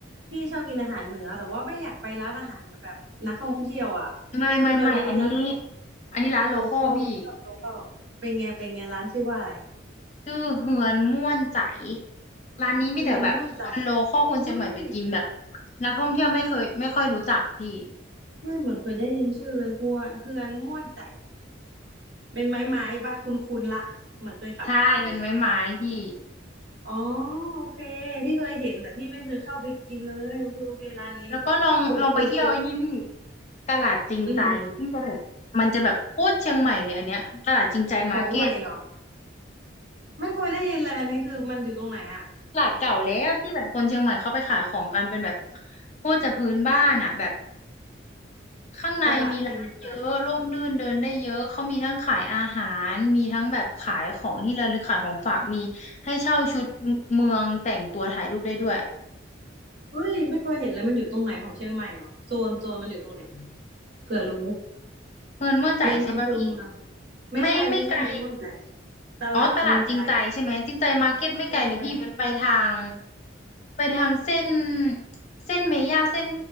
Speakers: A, on the right; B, on the left.
A: พี่ชอบกินอาหารเหนือแต่ว่าไม่อยากไปร้านอาหารเหนือแบบนักท่องเที่ยวอ่ะ
B: ไม่ไม่ไม่อันนี้
A: คือเคยไปกินร้าน
B: อันนี้ร้านโลคอลพี่
A: โลคอลต้องชอบโลคอลเป็นไงเป็นไงร้านชื่อว่าอะไร
B: ชื่อเฮือนม่วนใจร้านนี้มีแต่แบบคนโลคอลคนเชียงใหม่ไปกินแบบ
A: เฮือนม่วนใจอุ้ย
B: นักท่องเที่ยวไม่เคยไม่ค่อยรู้จักพี่
A: อุ้ยเหมือนเคยได้ยินชื่อเลยหัวเฮือนม่วนใจเป็นไม้ไม้ปะคุณคุณละเหมือนเคยขับผ่านหรืออะไรสักอย่าง
B: ใช่เป็นไม้ไม้พี่
A: อ๋อโอเคพี่เคยเห็นแต่พี่ไม่เคยเข้าไปกินเลยโอเคโอเคร้านนี้
B: แล้วก็ลองลองไปเที่ยวไอ้นี่พี่
A: กดกดกด
B: ตลาดจริงใจที่จะแบบมันจะแบบโคตรเชียงใหม่เลยอันเนี้ยตลาดจริงใจมาร์เก็ต
A: อืมอืมของใหม่เหรอไม่เคยได้ยินเลยอันนี้คือมันอยู่ตรงไหนอะ
B: ตลาดเก่าแล้วที่แบบคนเชียงใหม่เขาไปขายของกันเป็นแบบโคตรจะพื้นบ้านอ่ะแบบ ข้างในมีร้านเยอะร่มรื่นเดินได้เยอะเขามีทั้งขายอาหารมีทั้งแบบขายของที่ระลึกขายของฝากมีให้เช่าชุด
A: ตลาดจริงใจ
B: เมืองแต่งตัวถ่ายรูปได้ด้วย
A: เฮ้ยไม่เคยเห็นเลยมันอยู่ตรงไหนของเชียงใหม่เหรอโซนโซนมันอยู่ตรงไหนอะเผื่อรู้
B: เงินม่วนใจใช่ปะพี่
A: ในอำเภอเมืองไม่ใช่ไม่ใช่คือม่วนใจ
B: ไม่ไม่ไกล
A: ตลาดจริงใจ
B: อ๋อตลาดจริงใจใช่ไหมจริงใจมาร์เก็ตไม่ไกลเลยพี่มันไปทาง
A: ใช่ใช่
B: ไปทางเส้นเส้นเมย่าเส้น